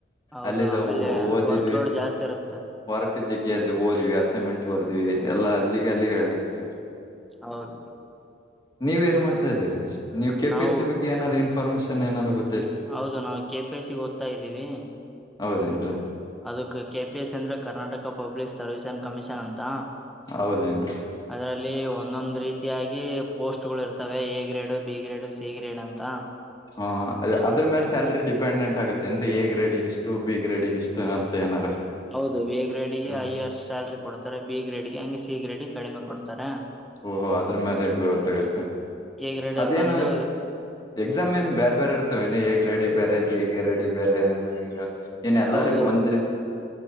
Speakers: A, in the centre; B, on the left.
A: ಹೌದು
B: ಅಲ್ಲಿದ್ದ
A: ಆಮೇಲೆ
B: ಓದಿದ್ವಿ
A: ವರ್ಕ್ ಲೋಡ್ ಜಾಸ್ತಿ ಇರುತ್ತೆ
B: ವರ್ಕ್ ಚಕ್ಕ ಜಗಿ ಅದ ಹೊದ್ವಿ ಅಸೆಮೆಂಟ್ ಬರ್ದ್ವಿ ಎಲ್ಲಾ ಅಲ್ಲಿಗೆ ಅಲ್ಲಿಗೆ ಆಗತ್ರಿ
A: ಹೌದು
B: ನೀವ ಏನ್ ಮಾಡ್ತಾ ಇದೀರಿ ನೀವು ಕೆ
A: ನಾವು
B: ಪಿ ಎಸ್ ಸಿ ಬಗ್ಗೆ ಏನಾರರು ಇನ್ಫಾರ್ಮೇಶನ್ ಏನಾರರು ಗೊತ್ತ
A: ಹೌದು ನಾವು ಕೆಪಿ ಸಿ ಓದ್ತಾ ಇದ್ದೀವಿ
B: ಹೌದೇನ್ರಿ
A: ಅದಕ್ ಕೆ ಪಿ ಎಸ್ ಅಂದ್ರೆ ಕರ್ನಾಟಕ ಪಬ್ಲಿಕ್ ಸರ್ವಿಸಸ ಅನ್ ಕಮಿಷನ್ ಅಂತ
B: ಹೌದೇನ್ರಿ
A: ಅದರಲ್ಲಿ ಒಂದೊಂದ್ ರೀತಿಯಾಗಿ ಪೋಸ್ಟ್ ಗಳು ಇರ್ತವೆ A grade B grade C grade ಅಂತ
B: ಹ ಅದ್ರ ಮೇಲೆ ಸ್ಯಾಲ್ರಿ ಡಿಪೆಂಡೆಂಟ್ ಆಗುತ್ತೆ ಅಂದ್ರೀ ಎ ಗ್ರೇಡ್ಗೆ ಇಷ್ಟು ಬಿ ಗ್ರೇಡಿಗ ಇಷ್ಟು ಅಂತ ಏನಾರ
A: ಹೌದು ವಿ ಗ್ರೇಡ್ಗೆ
B: ಹ್ಮ
A: ಐ ಅಷ್ಟ ಸ್ಯಾಲ್ರಿ ಕೊಡ್ತಾರೆ ಬಿ ಗ್ರೇಡ್ಗೆ ಹಂಗೆ ಸಿ ಗ್ರೇಡ್ಗೆ ಕಡಿಮೆ ಕೊಡ್ತಾರೆ
B: ಓಹೋ ಅದ್ರ ಮೇಲೆ ಗೊತ್ತಾಗತ್ತೆ
A: ಎ ಗ್ರೇಡ್
B: ಅದೇನು
A: ಅಲ್ಲಿ ಬಂದು
B: ಎಕ್ಸಾಮ್ ಏನ್ ಬೇರೆ ಬೇರೆ ಇರ್ತವ ಏನ ಹೇಗ್ ರೆಡಿ ಬೇರೆ ಬೀಗ ರೆಡಿ ಬೇರೆ ಏನ್ ಎಲ್ಲರಿಗೂ
A: ಹೌದು
B: ಒಂದು